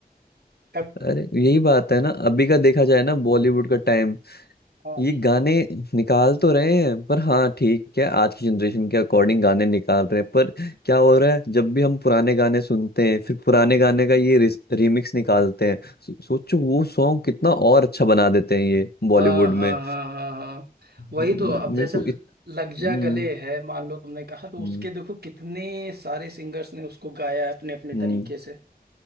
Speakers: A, on the right; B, on the left.
A: कब
B: अरे यही बात है ना अभी का देखा जाए ना बॉलीवुड का टाइम
A: हाँ
B: ये गाने निकाल तो रहे हैं पर हाँ ठीक है आज की जनरेशन के अकॉर्डिंग गाने निकाल रहे हैं पर क्या हो रहा है जब भी हम पुराने गाने सुनते हैं फिर पुराने गाने का ये रिमिक्स निकालते हैं सो, सोचो वो सॉन्ग कितना और अच्छा बना देते हैं ये बॉलीवुड
A: हाँ हाँ
B: में
A: हाँ हाँ हाँ वही
B: म-
A: तो अब जैसे
B: मेरे को
A: ल-
B: इत...
A: लग जा
B: हम्म,
A: गले है मान लो तुमने कहा तो
B: हम्म,
A: उसके देखो कितने सारे सिंगर्स ने उसको गाया है अपने अपने
B: हम्म,
A: तरीके से